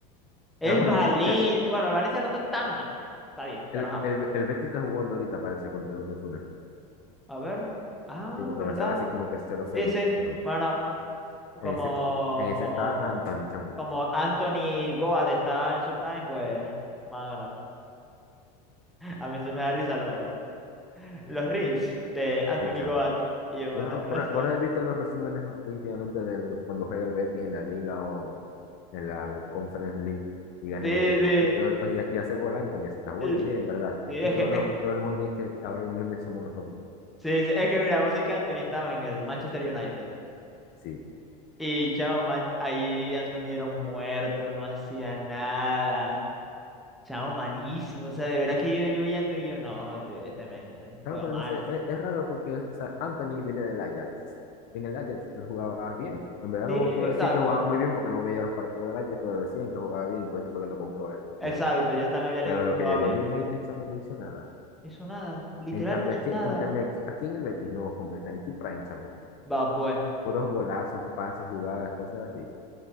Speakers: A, in the centre; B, on the left.
A: El
B: Ah, bueno,
A: Valencia.
B: mira, el,
A: Bueno, el Valencia no está tan mal. Está bien, pero
B: el,
A: ajá.
B: el, el Betis está jugando ahorita, parece, contra los Osasuna.
A: A ver. Ah,
B: Sí, porque
A: ¿verdad?
B: me sale así como que cero cero
A: Sí, sí.
B: los dos.
A: Bueno,
B: En
A: como,
B: ese, en ese
A: como,
B: está Anthony, chamo.
A: como Anthony Goad está en su prime, pues van a ganar. A mí se me da risa los, los reels de Anthony
B: Sí, chamo.
A: Goad y yo
B: Bueno,
A: van a
B: bueno,
A: hacer.
B: bueno, he visto los resúmenes últimamente de cuando juega el Betis en la Liga o en, en la Conference League y gana
A: Sí,
B: el Betis.
A: sí.
B: Y, todo, el- y, y hace gol Anthony, se está jugando
A: Y-
B: bien, ¿verdad?
A: Sí, es
B: Y todo,
A: que,
B: lo-
A: es que-
B: todo el mundo dice que ahora el mismo somos nosotros.
A: sí, sí, es que mira, vos sabés que Anthony estaba en el Manchester United.
B: Sí.
A: Y chavo, man- ahí Anthony era un muerto, no hacía nada. Chavo, malísimo. O sea, de verdad que yo, yo veía a Anthony y yo, no, este, este men eh,
B: Claro,
A: juega
B: pero
A: mal.
B: no sé, es, es raro porque o sea, Anthony viene del Ajax. En el Ajax él jugaba bien. En verdad
A: Sí,
B: no te
A: exacto.
B: voy a decir que jugaba muy bien porque no veía los partidos del Ajax, pero decían que jugaba bien y por eso fue que lo compró el
A: Exacto.
B: United.
A: Yo también había
B: Pero
A: leído que
B: lo
A: jugaba
B: que llegó
A: bien.
B: el United, chamo, no hizo nada.
A: No hizo nada. Literal,
B: En cambio,
A: no hizo
B: aquí,
A: nada.
B: en cambio aquí, aquí en el Betis, no, hombre, está en su prime, chamo.
A: Va, pues.
B: Puros golazos, pases, jugadas, cosas así.